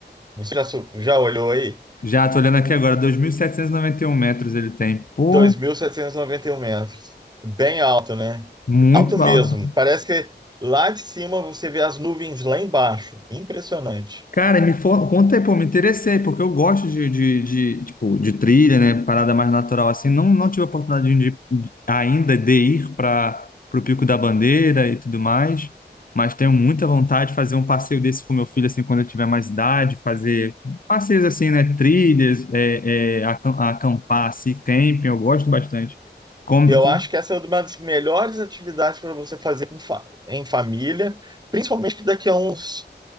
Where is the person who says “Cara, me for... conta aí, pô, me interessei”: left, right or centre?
Left